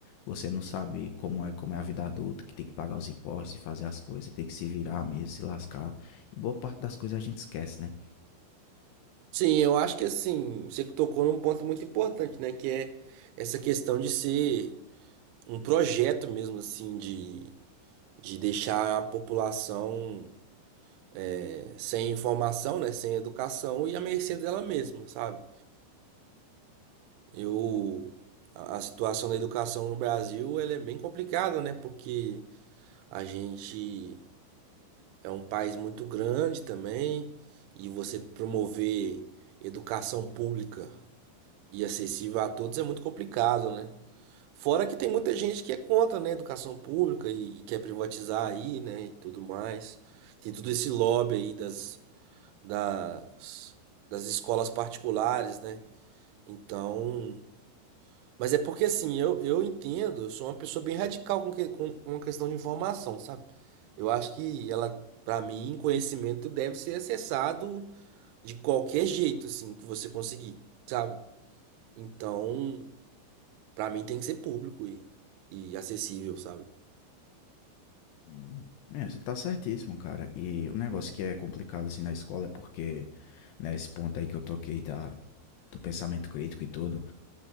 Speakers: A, on the left; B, on the right.
A: Você não sabe como é, como é a vida adulta, que tem que pagar os impostos e fazer as coisas, tem que se virar mesmo, se lascar. E boa parte das coisas a gente esquece, né?
B: Sim, eu acho que assim, você tocou num ponto muito importante, né? Que é essa questão de ser um projeto mesmo, assim, de, de deixar a população é, sem informação, né? Sem educação e à mercê dela mesma, sabe? Eu, a, a situação da educação no Brasil, ela é bem complicada, né? Porque a gente É um país muito grande também, e você promover educação pública e acessível a todos é muito complicado, né? Fora que tem muita gente que é contra, né, a educação pública e, e quer privatizar aí, né, e tudo mais. Tem todo esse lobby aí das, das, das escolas particulares, né? Então, mas é porque assim, eu, eu entendo, eu sou uma pessoa bem radical com, que, com uma questão de informação, sabe? Eu acho que ela, pra mim, conhecimento deve ser acessado de qualquer jeito, assim, que você conseguir, sabe? Então, pra mim tem que ser público e, e acessível, sabe?
A: Hum. É, você tá certíssimo, cara. E o negócio que é complicado assim na escola é porque, né, esse ponto aí que eu toquei da, do pensamento crítico e tudo,